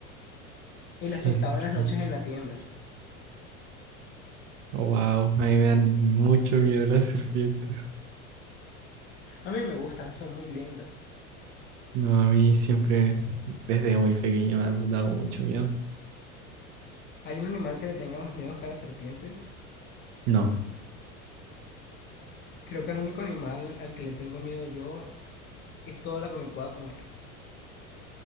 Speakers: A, on the left (about 25°); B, on the right (about 45°).
A: y
B: Serpientes.
A: las soltaba en las noches en la tienda.
B: Wow, a mí me dan mucho miedo las serpientes.
A: A mí me gustan, son muy lindas.
B: No, a mí siempre, desde muy pequeño, me han dado mucho miedo.
A: ¿Hay un animal que le tenga más miedo que a las serpientes?
B: No,
A: Creo que el único animal al que le tengo miedo yo es todo lo que me pueda comer.